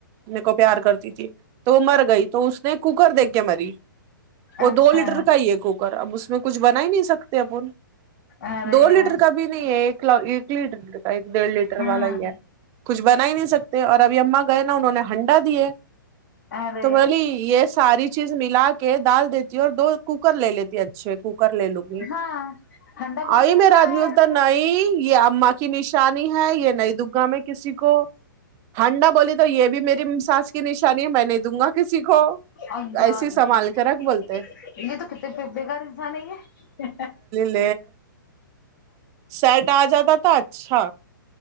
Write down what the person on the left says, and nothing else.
اچھا
ارے
ہاں
ارے
ہاں ٹھنڈا بھرنے
کا
کہاں
ہے
ابھی
ایا یہ
یہ تو کتنے پپڑے بیکار انسان ہے یہ